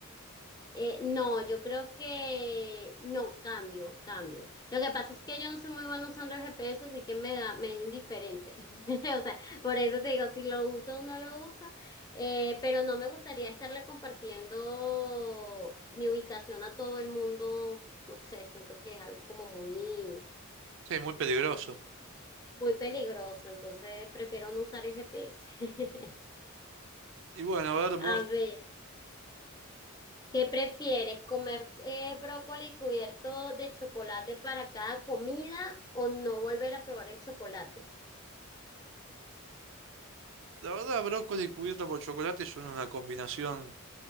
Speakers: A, on the left; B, on the right.
A: eh, no, yo creo que no, cambio, cambio. Lo que pasa es que yo no soy muy buena usando el GPS, así que me da, me es indiferente. <laughs> O sea, por eso te digo, si lo uso o no lo uso, Eh, pero no me gustaría estarle compartiendo mi ubicación a todo el mundo. No sé, siento que es algo como muy
B: Sí, muy peligroso.
A: muy peligroso, entonces prefiero no usar el GPS. <laughs>
B: Y bueno, a ver, vos,
A: A ver, ¿qué prefieres? ¿Comer eh, brócoli cubierto de chocolate para cada comida o no volver a probar el chocolate?
B: la verdad, brócoli cubierto por chocolate son una combinación